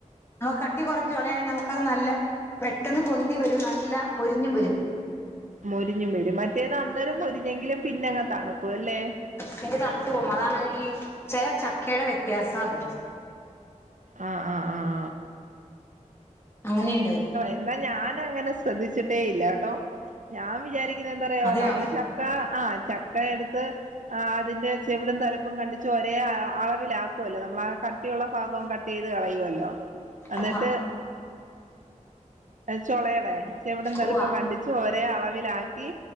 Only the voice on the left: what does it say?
കട്ടി കൊറഞ്ഞ ചൊളയാണെങ്കിൽ നമുക്ക്അത് നല്ല പെട്ടെന്ന് പൊന്തി വരും നല്ല മൊരിഞ്ഞും വരും
പിന്നെ തണുത്തു പോകും അതാണ് ഈ ചെല ചക്കയുടെ വ്യത്യാസാ അത്
അങ്ങനേണ്
അതെയോ
ഉവ്വ
ഉവ്വ